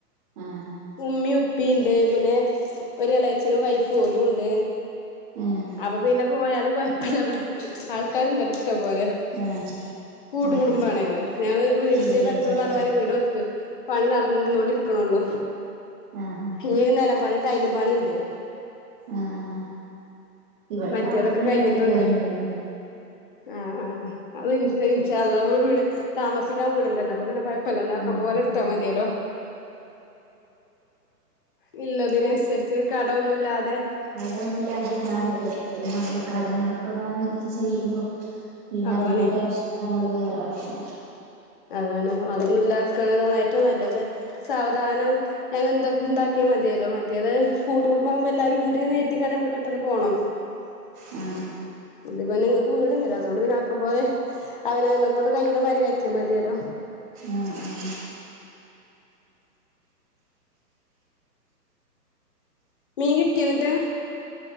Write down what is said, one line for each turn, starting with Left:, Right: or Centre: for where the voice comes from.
Right: ആഹ്
Left: ഉമ്മിം ഉ പ്പീണ്ട്. പിന്നെ ഒരു എളേച്ഛനും വൈഫ്, ഓലും ണ്ട്.
Right: ആഹ്
Left: അപ്പൊ പിന്നെ പോയാലും കൊയ പ്പല്ല വടെ ആൾക്കാര്ണ്ടല്ലോ. ഇഷ്ടം പോലെ
Right: ആഹ്
Left: കൂട്ടുകുടുംബാണേ
Right: ആഹ്
Left: ഞങ്ങള് ഞങ്ങള് വീട്
Right: ആഹ്
Left: ഇതേ പോലെക്കെ പറഞ്ഞമാതിരി വീട് വെക്ക് പണി നടന്നോണ്ടി ക്ക്നൊള്ളു
Right: ആഹ്
Left: ഇനീയെന്നെല്ലാം പണി ടൈലും പണിണ്ട്
Right: ആഹ് ഇവിടെ
Left: മറ്റേതൊക്കെ
Right: തറപ്പണി
Left: കഴിഞ്ഞിട്ടൊണ്ടാ
Right: മാത്രം കഴിഞ്ഞുള്ളൂ
Left: ആ ആ അത് ഇൻശാ അള്ളാഹ് വിട് താമസിക്കാൻ വീടൊണ്ടല്ല അപ്പ പിന്ന കോയ പ്പല്ല ല്ലാക്കുമ്പോലെ
Right: ആഹ്
Left: ടുത്താ മതിയല്ലോ ഞ് ള്ളതിനനുസരിച്ച് കടോന്നു ല്ലാതെ
Right: കടോന്നു ഇല്ലാതെ ഇര്ന്നാ കോയപ്പ ഈ നമ്മള് കടങ്ങളൊക്ക വാ വാങ്ങീട്ട് ചെയ്യുമ്പോ പിന്നെ അതിന്റെ
Left: അതാണേ
Right: ടെൻഷൻ നമ്മള് വേറെ വയ്ക്കണ്ടേ
Left: അതാണ് അതൊന്നും ഇല്ലാക്കണതാണ് ഏറ്റവും നല്ലത് സാവധാനം ഞങ്ങ എന്താ എ ന്താക്കിയാൽ മതിയല്ലോ മറ്റേത് കൂട്ട് കുടുംബം ആകുമ്പോ എല്ലാരും ണ്ട്ന്ന് കര്തിക്കാണ്ട് പെട്ടെന്ന് പോണം
Right: ആ
Left: ഇതിപ്പ നിങ്ങക്ക് വീടുണ്ടല്ല അതുകൊണ്ട് പിന്നെ ആക്കം പോലെ അവനവനെ കൊണ്ട് കയ്യിണ മാ റ്റിയ മതിയല്ലോ
Right: ആഹ് ആഹ്
Left: മീൻ കിട്ടിയ ന്നിട്ട്